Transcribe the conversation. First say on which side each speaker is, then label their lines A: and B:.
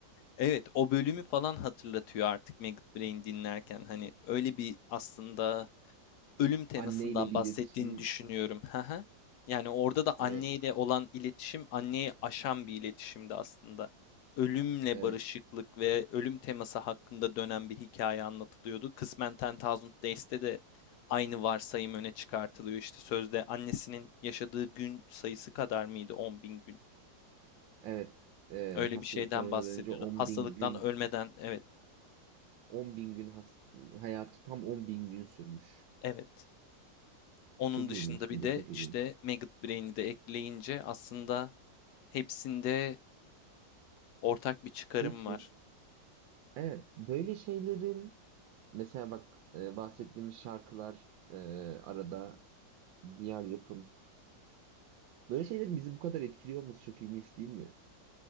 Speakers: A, on the left; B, on the right.
A: evet o bölümü falan hatırlatıyor artık Maggot Brain dinlerken. Hani öyle bir aslında ölüm temasından
B: Anneyle bir
A: bahsettiğini
B: iletişim.
A: düşünüyorum. Hı hı. Yani orada da anneyle
B: Evet.
A: olan iletişim anneyi aşan bir iletişimdi aslında. Ölümle
B: Evet.
A: barışıklık ve ölüm teması hakkında dönen bir hikaye anlatılıyordu. Kısmen Ten Thousand Days'te de aynı varsayım öne çıkartılıyor. İşte sözde annesinin yaşadığı gün sayısı kadar mıydı? 10 bin gün.
B: Evet. Ee,
A: Öyle
B: hastalıktan
A: bir şeyden
B: ölmeden
A: bahsediyordu.
B: önce 10
A: Hastalıktan
B: bin gün
A: ölmeden evet,
B: 10 bin gün has- hayatı tam 10 bin gün sürmüş.
A: evet. Onun
B: Çok
A: dışında
B: ilginç.
A: bir
B: Bu da
A: de
B: çok ilginç.
A: işte Maggot Brain'i de ekleyince aslında hepsinde Ortak bir çıkarım
B: Peki
A: var.
B: evet böyle şeylerin mesela bak e, bahsettiğimiz şarkılar e, arada diğer yapım böyle şeylerin bizi bu kadar etkiliyor olması çok ilginç değil mi?